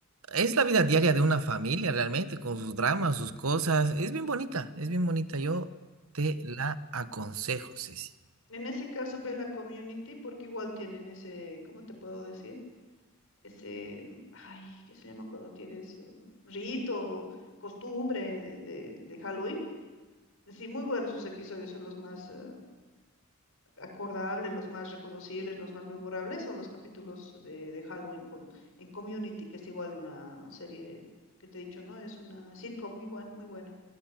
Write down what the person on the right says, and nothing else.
es la vida diaria de una familia realmente, con sus dramas, sus cosas. Es bien bonita, es bien bonita. Yo te la aconsejo, Ceci.